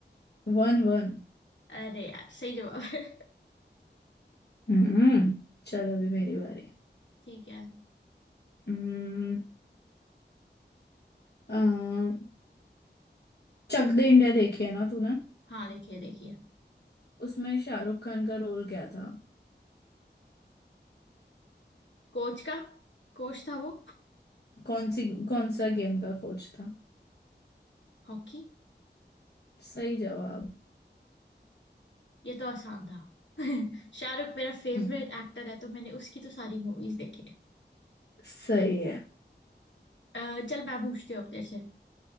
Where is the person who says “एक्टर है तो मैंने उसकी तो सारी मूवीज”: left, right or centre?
Left